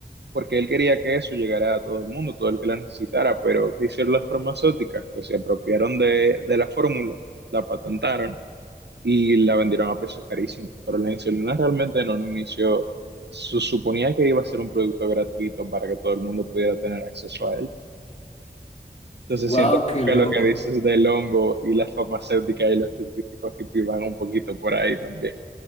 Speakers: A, on the right; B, on the left.
A: porque él quería que eso llegara a todo el mundo, todo el que la necesitara. Pero ¿qué hicieron las farmacéuticas? Pues se apropiaron de, de la fórmula, la patentaron y la vendieron a precios carísimos. Pero la insulina realmente en un inicio se suponía que iba a ser un producto gratuito para que todo el mundo pudiera tener acceso a él. Entonces
B: wow,
A: siento
B: qué loco.
A: que lo que dices del hongo y las farmacéuticas y los científicos que te van un poquito por ahí también.